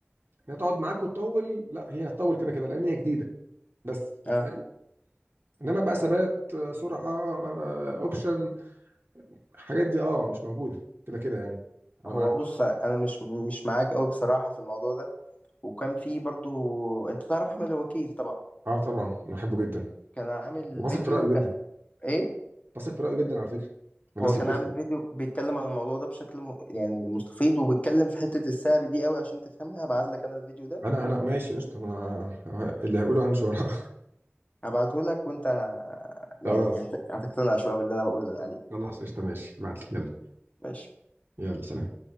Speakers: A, on the right (about 60°); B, on the left (about 35°).
A: ان هي تقعد معاك وتطول لا هي هتطول كده كده لان هي جديده بس
B: اه
A: فاهم؟ انما بقى ثبات آه، سرعه آه، اوبشن الحاجات دي اه مش موجوده كده كده يعني انا
B: هو
A: معاك
B: بص انا مش مش معاك قوي بصراحه في الموضوع ده وكان في برضو انت تعرف احمد الوكيل طبعا
A: اه طبعا أنا بحبه جدا
B: كان عامل
A: وبثق
B: فيديو
A: في رايه
B: كان
A: جدا
B: ايه
A: بثق في رأيه جدا على فكرة من الناس
B: هو كان
A: اللي
B: عامل
A: بتفهم
B: فيديو بيتكلم عن الموضوع ده بشكل م- يعني مستفيض وبيتكلم في حته السعر دي قوي عشان تفهمها هبعت لك انا الفيديو ده
A: انا انا ماشي قشطة انا اللي هقوله انا مش وراه
B: هبعته لك وانت يعني
A: <laughs> خلاص
B: هت- هتقتنع شويه باللي انا بقول عليه
A: خلاص قشطة ماشي ابعت لي يلا
B: ماشي
A: يلا سلام